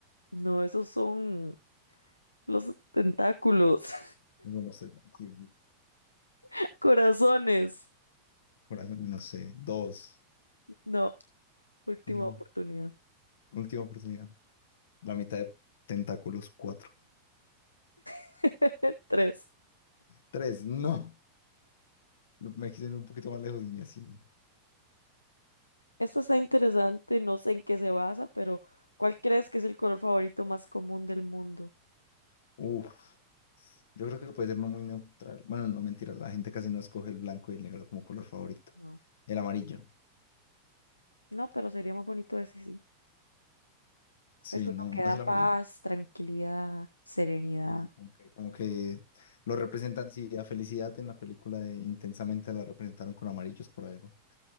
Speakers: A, on the left; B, on the left.
A: No, esos son los tentáculos.
B: No, no sé. sí, sí.
A: <laughs> Corazones.
B: Corazón, no sé. Dos.
A: No. Última
B: No.
A: oportunidad.
B: Última oportunidad. La mitad de tentáculos, cuatro.
A: <laughs> Tres.
B: Tres, no. Me quise ir un poquito más lejos y ni así.
A: Esta está interesante, no sé en qué se basa, pero ¿cuál crees que es el color favorito más común del mundo?
B: Uf, yo creo que puede ser uno muy neutral. Bueno, no mentiras, la gente casi no escoge el blanco y el negro como color favorito.
A: No.
B: El amarillo,
A: No, pero sería más bonito ese sí.
B: sí,
A: Es uno
B: no,
A: que
B: no
A: da
B: es el
A: paz,
B: amarillo.
A: tranquilidad, serenidad.
B: Sí, sí, Como que, como que lo representan, sí, a Felicidad en la película de Intensamente la representaron con amarillos por algo.